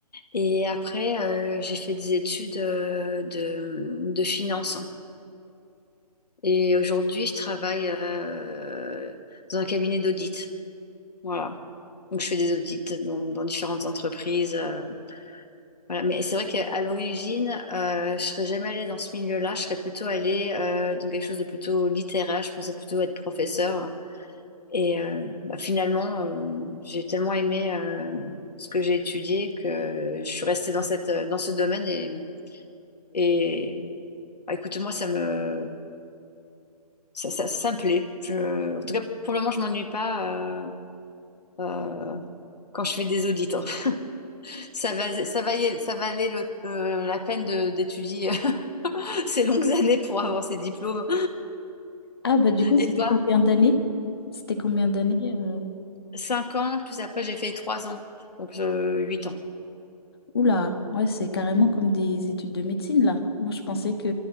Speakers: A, on the left; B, on the left.
A: et après euh, j'ai fait des études euh, de, de finance. Et aujourd'hui je travaille euh, dans un cabinet d'audit. Voilà. Donc je fais des audits dans, dans différentes entreprises. euh, voilà. Mais c'est vrai qu'à l'origine, euh, je serais jamais allée dans ce milieu-là. Je serais plutôt allée euh, dans quelque chose de plutôt littéraire. Je pensais plutôt être professeur. Et euh, bah, finalement, euh, j'ai tellement aimé euh, ce que j'ai étudié que je suis restée dans cette, euh, dans ce domaine et, et bah, écoute, moi, ça me, ça, ça, ça me plaît. Je- en tout cas, pour le moment, je m'ennuie pas euh, euh, quand je fais des audits. hein. <laughs> Ça va, ça va y- ça valait le, euh, la peine de- d'étudier <laughs> ces longues années pour avoir ces diplômes.
B: Ah, bah, du coup, c'était
A: Et toi,
B: combien d'années? C'était combien d'années? euh,
A: 5 ans, plus après, j'ai fait 3 ans, donc euh, 8 ans.
B: Oula, ouais, c'est carrément comme des études de médecine, là. Moi, je pensais que